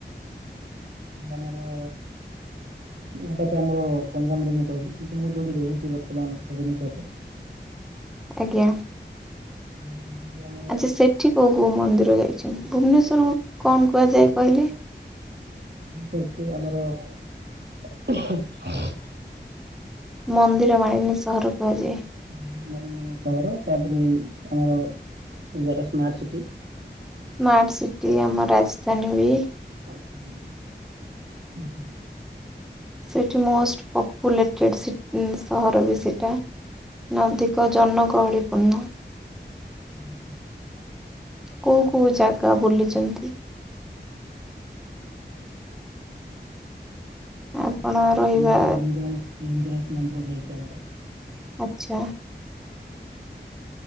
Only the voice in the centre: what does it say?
ଆଜ୍ଞା।
ଆଚ୍ଛା ସେଠି କୋଉ କୋଉ ମନ୍ଦିର ଯାଇଛନ୍ତି। ଭୁବନେଶ୍ୱରକୁ କଣ କୁହାଯାଏ କହିଲେ?
ମନ୍ଦିର ମାଳିିନି ସହର କୁହାଯାଏ।
ସ୍ମାର୍ଟ ସିଟି ଆମ ରାଜଧାନୀ ବି।
ସେଠି ମୋଷ୍ଟ ପପୁଲେଟେଡେ ସିଟି ସହର ବି ସେଇଟା। ନଦୀକ ଜନଗହଳିପୂର୍ଣ୍ଣ।
କୋଉ କୋଉ ଜାଗା ବୁଲିଚନ୍ତି? ଆପଣ
ରହିବା
ଆଚ୍ଛା।